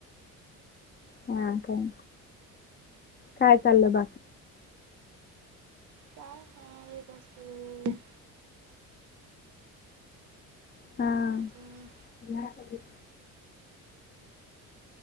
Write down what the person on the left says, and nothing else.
हा काय? काय चाललं बाकी?
हा.
ह <unintelligible>